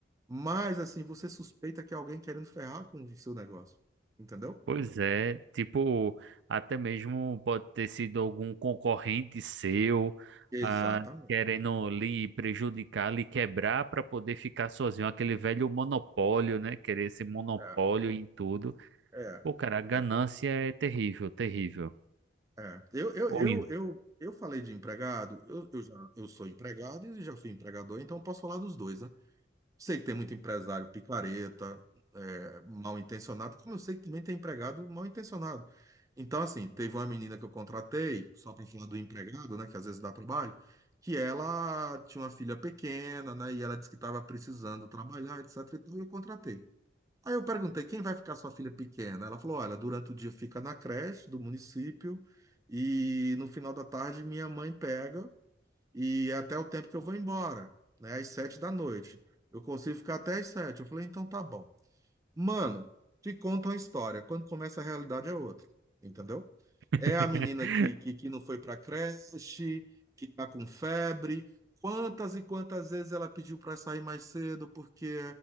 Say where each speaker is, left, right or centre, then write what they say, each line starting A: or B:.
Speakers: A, on the right (about 20°); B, on the right (about 75°).
A: Mas assim, você suspeita que é alguém querendo ferrar com o seu negócio, entendeu?
B: Pois é, tipo, até mesmo pode ter sido algum concorrente seu,
A: Exatamente.
B: ah, querendo lhe prejudicar, lhe quebrar para poder ficar sozinho, aquele velho monopólio, né? Querer esse monopólio
A: É,
B: em tudo.
A: é,
B: Pô, cara, a ganância
A: é,
B: é terrível, terrível.
A: é. Eu, eu, eu,
B: Ou isso.
A: eu, eu falei de empregado, eu, eu já, eu sou empregado e já fui empregador, então eu posso falar dos dois, né? Sei que tem muito empresário picareta, é, mal intencionado, como eu sei que também tem empregado mal intencionado. Então, assim, teve uma menina que eu contratei, só para falar do empregado, né, que às vezes dá trabalho, que ela tinha uma filha pequena, né, e ela disse que estava precisando trabalhar, etc. E tudo, e eu contratei. Aí eu perguntei, quem vai ficar sua filha pequena? Ela falou, olha, durante o dia fica na creche do município e no final da tarde minha mãe pega e até o tempo que eu vou embora, né? Às sete da noite. Eu consigo ficar até às sete. Eu falei, então tá bom. Mano, te conta uma história. Quando começa a realidade é outra, entendeu?
B: <laughs>
A: É a menina que, que, que não foi pra creche, que tá com febre. Quantas e quantas vezes ela pediu para sair mais cedo porque